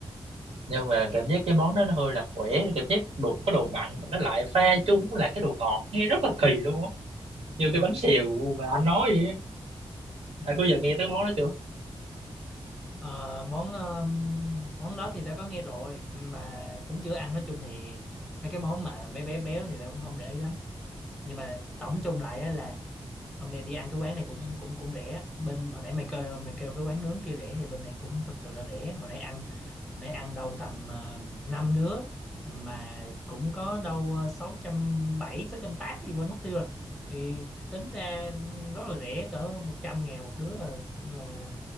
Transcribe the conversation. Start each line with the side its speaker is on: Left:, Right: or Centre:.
Right: nhưng mà cảm giác cái món đó nó hơi là khỏe cảm giác đồ có đồ mặn mà nó lại pha chúng là cái đồ ngọt nghe rất là kỳ luôn á như
Centre: ừ,
Right: cái bánh xèo mà anh nói vậy á.
Centre: ừ.
Right: anh có giờ nghe tới món đó chưa
Centre: Ờ, món um, món đó thì tớ có nghe rồi mà cũng chưa ăn nói chung thì mấy cái món mà bé bé béo thì tớ cũng không để ý lắm nhưng mà tổng chung lại á là hôm nay đi ăn cái quán này cũng cũng cũng rẻ bên hồi nãy mày kêu mày kêu cái quán nướng kia rẻ thì bên này cũng thật sự là rẻ hồi nãy ăn phải ăn đâu tầm uh, 5 đứa mà cũng có đâu ờ, sáu trăm bảy sáu trăm tám gì quên mất tiêu rồi thì tính ra rất là rẻ cỡ một trăm ngàn một đứa à. là